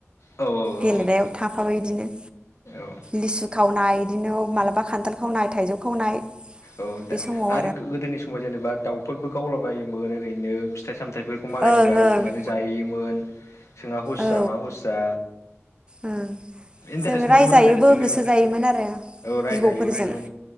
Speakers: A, on the left; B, on the right.
A: औ औ
B: गेलेनायाव थाफाबा इदिनो
A: औ
B: लिसु खावनाय इदिनो मालाबा खान्थाल खावनाय थाइजौ खावनाय
A: औ दा
B: बे समाव
A: आरो गोदोनि समाव जेनेबा दाउफोरबो गावलाबायोमोन ओरैनो फिथाइ साम थाइफोरखौ मालायनि
B: ओं
A: बारियाव
B: ओं
A: थांनानै जायोमोन सोंआ हसिया
B: औ
A: मा हसिया
B: ओं
A: इन्टारेस्ट
B: जों रायजायोबो
A: मोनोमोन आरो बिदिनो
B: होसोजायोमोन आरो
A: औ रायजायोबोमोन
B: बिबौफोरजों